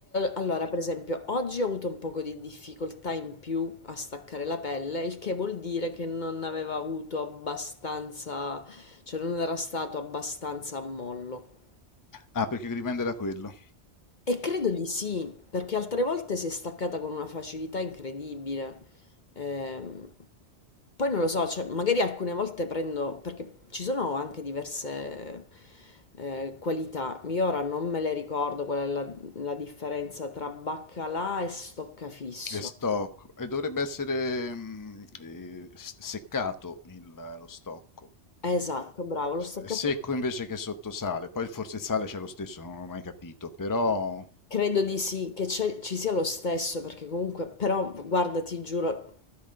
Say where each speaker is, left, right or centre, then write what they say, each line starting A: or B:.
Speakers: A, on the left (about 45°); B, on the left (about 20°).
A: allora per esempio oggi ho avuto un poco di difficoltà in più a staccare la pelle, il che vuol dire che non aveva avuto abbastanza, cioè non era stato abbastanza a mollo.
B: Ah, perché dipende da quello.
A: E credo di sì, perché altre volte si è staccata con una facilità incredibile. Ehm, poi non lo so, cioè, magari alcune volte prendo, perché ci sono anche diverse eh, qualità. Io ora non me le ricordo qual è la, la differenza tra baccalà e stoccafisso.
B: È stocco e dovrebbe essere mm, eh, s- seccato il- lo stocco.
A: Esatto, bravo, lo stoccafisso.
B: È secco invece che sottosale. Poi forse il sale c'è lo stesso, non l'ho mai capito, però
A: Credo di sì, che c'è- ci sia lo stesso, perché comunque, però guarda, ti giuro,